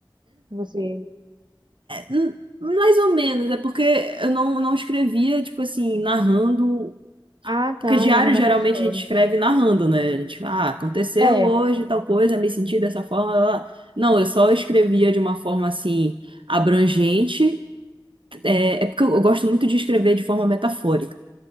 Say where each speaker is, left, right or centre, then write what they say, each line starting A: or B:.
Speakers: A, on the right; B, on the right.
A: Você.
B: Hum, Mais ou menos, é porque eu não, não escrevia, tipo assim, narrando.
A: Ah,
B: Porque
A: tá,
B: diário
A: narrando
B: geralmente
A: a tua história.
B: a gente escreve narrando, né? A gente, ah, aconteceu
A: É,
B: hoje tal coisa, me senti dessa forma. blá, blá, Não, eu só escrevia de uma forma assim, abrangente. É, é porque eu eu gosto muito de escrever de forma metafórica.